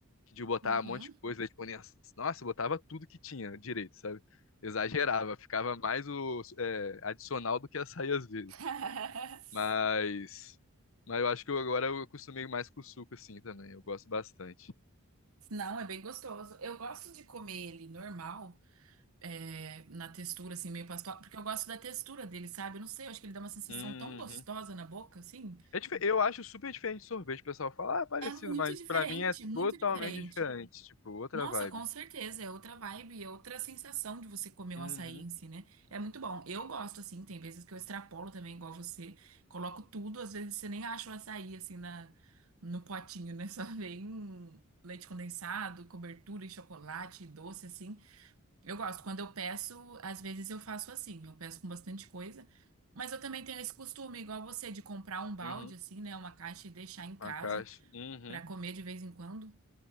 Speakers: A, on the left; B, on the right.
A: de botar
B: Uhum.
A: um monte de coisa, leite condensado. Nossa, eu botava tudo que tinha direito, sabe? Exagerava, ficava mais o é, adicional do que açaí às vezes.
B: <laughs>
A: Mas, mas eu acho que eu, agora eu acostumei mais com o suco assim também. Eu gosto bastante.
B: Não, é bem gostoso. Eu gosto de comer ele normal, é, na textura, assim, meio pastosa, porque eu gosto da textura dele, sabe? Eu não sei, eu acho que ele dá uma sensação
A: Uhum.
B: tão gostosa na boca, assim.
A: É dif- eu acho super diferente de sorvete. O pessoal fala, ah, é parecido,
B: É muito
A: mas
B: diferente,
A: pra mim é
B: muito
A: totalmente
B: diferente.
A: diferente. Tipo, outra
B: Nossa,
A: vibe.
B: com certeza, é outra vibe, é outra sensação de você comer
A: Uhum,
B: um açaí em si, né? É muito bom. Eu gosto, assim, tem vezes que eu extrapolo também, igual você. Coloco tudo, às vezes você nem acha o açaí, assim, na, no potinho, né? <laughs> Só vem leite condensado, cobertura e chocolate, doce, assim. Eu gosto. Quando eu peço, às vezes eu faço assim, eu peço com bastante coisa. Mas eu também tenho esse costume, igual você, de comprar um balde,
A: uhum.
B: assim, né? Uma caixa e deixar em casa
A: A caixa. Uhum.
B: pra comer de vez em quando.